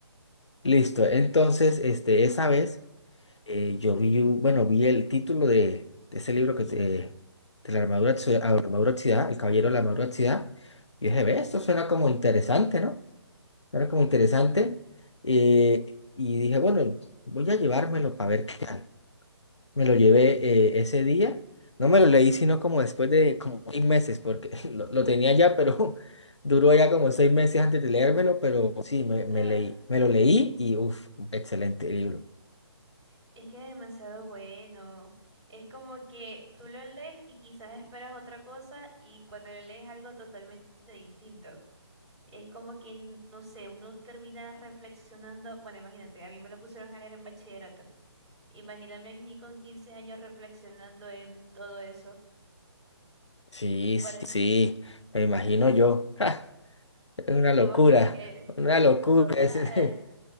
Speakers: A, on the left (about 85°); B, on the right (about 20°).
A: Listo. Entonces, este, esa vez eh, yo vi, un- bueno, vi el título de, de ese libro que es, eh, de la armadura, oxi- ah, armadura oxidada, El Caballero de la Armadura Oxidada. Y dije, ve,
B: ok,
A: esto suena como interesante, ¿no? Suena como interesante. eh, y dije, bueno, voy a llevármelo para ver qué tal. Me lo llevé eh, ese día. No me lo leí, sino como después de como seis meses, porque <laughs> lo, lo tenía ya,
B: ok.
A: pero <laughs> duró ya como seis meses antes de leérmelo, pero sí, me, me
B: Ajá.
A: leí, me lo
B: <laughs>
A: leí y uff, excelente libro.
B: Es que es demasiado bueno. Es como que tú lo lees y quizás esperas otra cosa y cuando lo lees algo totalmente distinto. Es como que, no sé, uno termina reflexionando. Bueno, imagínate, a mí me lo pusieron a leer en bachillerato. Imagíname a mí con 15 años reflexionando en todo eso.
A: Sí,
B: Pare-
A: sí, sí, me imagino
B: Ujú.
A: yo. <laughs> es una
B: Como
A: locura,
B: que, eh,
A: una locura
B: total.
A: ese.
B: O
A: <laughs>